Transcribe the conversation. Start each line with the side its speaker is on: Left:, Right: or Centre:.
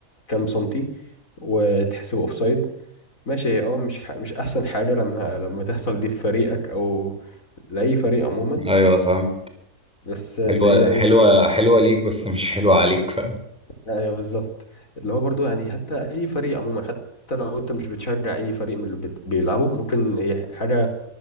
Left: بكام سنتي وتحسب اوفسايد ماشي هي اه مش ح- مش احسن حاجه لما لما تحصل دي في فريقك او لاي فريق عموما
Centre: ايوه فاهم
Left: بس اللي
Centre: حلوة
Left: هي ايه
Centre: حلوة
Left: يعني
Centre: حلوة ليك بس مش حلوة عليك
Left: ايوه بالظبط اللي هو برضو يعني حتى اي فريق عموما حتى لو انت مش بتشجع اي فريق من اللي بت- بيلعبوا ممكن هي حاجه